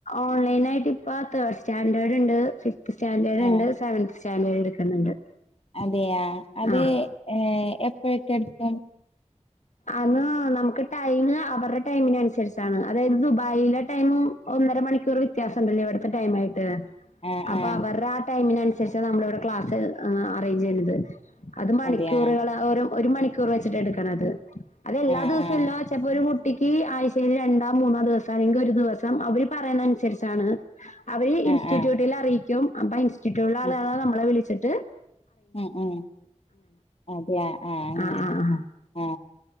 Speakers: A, on the left (about 75°); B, on the left (about 55°).
A: ഓൺലൈനായിട്ട് ഇപ്പ തേർഡ് സ്റ്റാൻഡേർഡ് ഉണ്ട് സ്റ്റാൻഡേർഡ്
B: ആഹ്
A: ഉണ്ട് സെവൻ സ്റ്റാ സ്റ്റാൻഡേർഡ് എടുക്കുന്നുണ്ട്
B: അതെയാ അതെ
A: ആഹ്
B: ഏഹ് പോയിട്ട് എടുക്ക
A: അത് നമുക്ക് ടൈം അവരുടെ ടൈമിന് അനുസരിച്ചാണ് അതായത് ദുബായിലെ ടൈം ഒന്നര മണിക്കൂർ വ്യത്യാസമുണ്ടല്ലോ ഇവിടുത്തെ ടൈം ആയിട്ട്
B: ആഹ്
A: അപ്പൊ
B: ആഹ്
A: അവരുടെ ആ ടൈമിന ശേഷം നമ്മള് ഇവിടെ ക്ലാസ് അറേഞ്ച് ചെയ്യുന്നത് അത് മണിക്കൂറുകൾ
B: അതെയാ
A: ഒരു ഒരു മണിക്കൂർ വെച്ചിട്ട് എടുക്കണത് ഉ അതെല്ലാ
B: ആഹ്
A: ദിവസവും
B: ആഹ്
A: ഇല്ല ചെപ്പോ ഒരു കുട്ടിക്ക് ആഴ്ചയിൽ രണ്ടോ മൂന്നോ ദിവസം അല്ലെങ്കിൽ ഒരു ദിവസം അവര് പറയുന്നതനുസരിച്ചാണ് അവര് ഇൻസ്റ്റിറ്റ്യൂട്ടിൽ
B: ആഹ് ആഹ്
A: അറിയിക്കും അപ്പ ഇൻസ്റ്റിറ്റ്യൂട്ട് സ്റ്റിറ്റ്യൂട്ടുള
B: ഉം
A: ആളുകള് നമ്മളെ വിളിക്കും സെറ്റ്
B: ഉം ഉ അതെ ആ അ അങ്ങനെ
A: ആഹ് ആഹ് ആഹ്.
B: അ ആ